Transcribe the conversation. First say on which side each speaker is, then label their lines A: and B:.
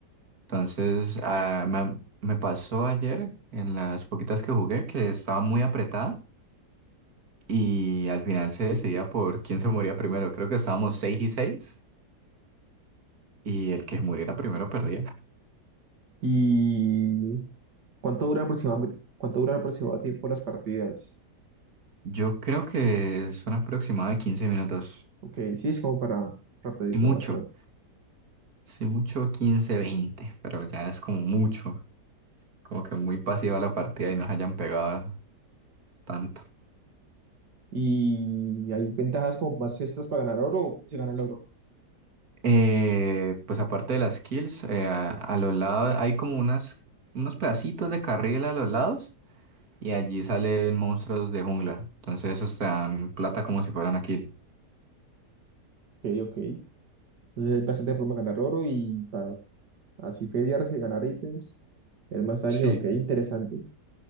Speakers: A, on the right; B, on the right.
A: Entonces, ah, me, me pasó ayer en las poquitas que jugué que estaba muy apretada. Y al final se decidía por quién se moría primero. Creo que estábamos 6 y 6 y el que muriera primero perdía.
B: Y... ¿Cuánto duran aproximadamente, cuánto duran aproximadamente tiempo las partidas?
A: Yo creo que son aproximadamente de 15 minutos.
B: Ok, sí, es como para rapidito
A: Y mucho.
B: bastante.
A: Sí, mucho 15 20 pero ya es como mucho. Como que muy pasiva la partida y nos hayan pegado tanto.
B: ¿Y hay ventajas como más extras para ganar oro o cómo se gana el oro?
A: Eh, pues aparte de las kills, eh, a, a los lados hay como unas, unos pedacitos de carril a los lados y allí salen monstruos de jungla. Entonces esos te dan plata como si fueran aquí
B: Ok, ok. Entonces hay bastante forma de ganar oro y para así feriarse, ganar ítems, tener más daño.
A: Sí,
B: Ok, interesante.